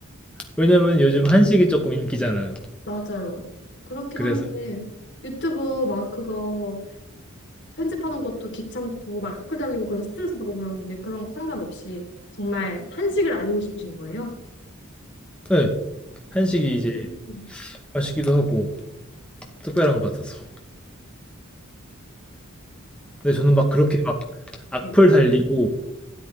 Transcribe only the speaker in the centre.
왜냐면 요즘 한식이 조금 인기잖아요.
그래서
네, 한식이
이제
맛있기도 하고 특별한 것 같아서. 근데 저는 막 그렇게 막 악플
달리고